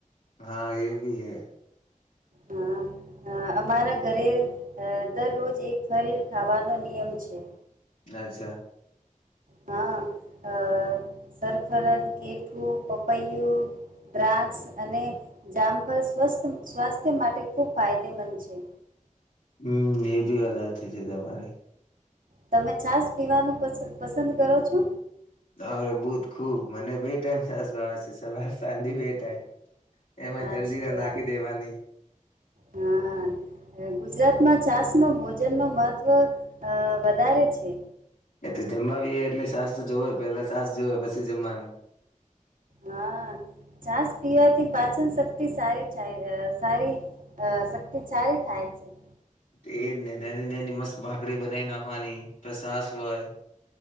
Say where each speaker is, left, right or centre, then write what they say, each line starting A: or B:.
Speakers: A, on the left; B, on the right.
A: હા એ ભી હૈ.
B: હા, હા અમારા ઘરે અહ દરરોજ એક ફલ ખાવાનો નિયમ છે.
A: અચ્છા.
B: હા, અહ સરફરન, કૈઠું, પપૈયું દ્રાક્ષ અને જામફળ સ્વસ્થ સ્વાસ્થ્ય માટે ખૂબ ફાયદેમંદ છે.
A: હમ્મ, એ બી વધાર થઈ જાય તમારે.
B: તમે છાશ પીવાનું પસ પસંદ કરો છો?
A: અરે બુધ ખુબ. મને બે ટાઈમ છાશ ભાવે છે, સવાર, સાંજે બે ટાઈમ. એમાં
B: હાચી
A: જલજીરા
B: વાત,
A: નાખી દેવાની
B: હા. અહ ગુજરાતમાં છાસ નો ભોજન નો મહત્ત્વ વધારે છે.
A: એ તો જમવા બેહે એટલે છાસ તો જોવે, પેલા સાસ જોવે, પછી જમવાનું.
B: હા છાસ પીવાથી પાચન શક્તિ, સારી થા અહ સારી અહ શક્તિ સારી થાય છે.
A: તો એજ ને. ને એની ને એની મસ્ત ભાખરી બનાવઈ નાખવાની તો સાસ હોય.